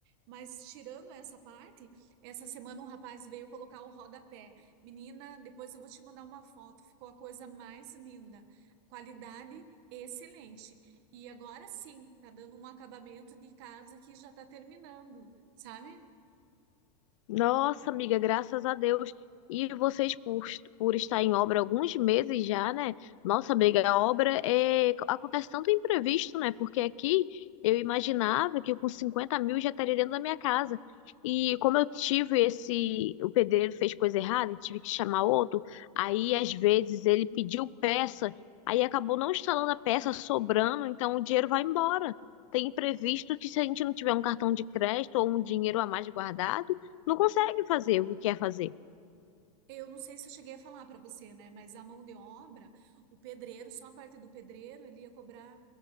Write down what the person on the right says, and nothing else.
Mas tirando essa parte, essa semana um rapaz veio colocar o rodapé. Menina, depois eu vou te mandar uma foto, ficou a coisa mais linda. Qualidade excelente. E agora sim, tá dando um acabamento de casa que já tá terminando, sabe?
Eu não sei se eu cheguei a falar para você, né? Mas a mão de obra, o pedreiro, só a parte do pedreiro, ele ia cobrar